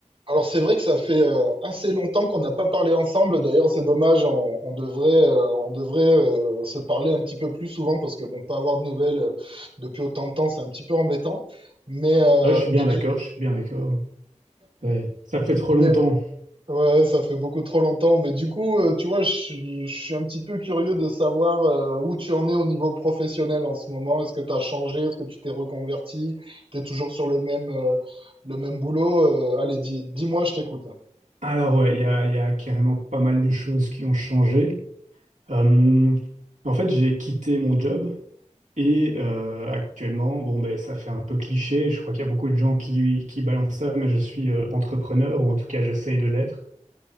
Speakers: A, on the right; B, on the right.
A: Alors c'est vrai que ça fait euh, assez longtemps qu'on n'a pas parlé ensemble. D'ailleurs, c'est dommage, on, on devrait, euh, on devrait euh, se parler un petit peu plus souvent parce que bon, pas avoir de nouvelles euh, depuis autant de temps, c'est un petit peu embêtant. Mais, euh,
B: Ouais, je suis
A: mais
B: bien
A: du,
B: d'accord, je suis bien d'accord. Ouais, Ça fait trop
A: mais
B: longtemps.
A: ouais, ça fait beaucoup trop longtemps. Mais du coup, euh, tu vois, je, suis- je suis un petit peu curieux de savoir euh, où tu en es au niveau professionnel en ce moment. Est-ce que tu as changé? Est-ce que tu t'es reconverti? T'es toujours sur le même, euh, le même boulot? Euh, allez, dis, dis-moi, je t'écoute.
B: Alors ouais, il y a, il y a carrément pas mal de choses qui ont changé. Euh, en fait, j'ai quitté mon job et euh, actuellement, bon ben ça fait un peu cliché. Je crois qu'il y a beaucoup de gens qui, qui balancent ça, mais je suis euh, entrepreneur ou en tout cas j'essaye de l'être.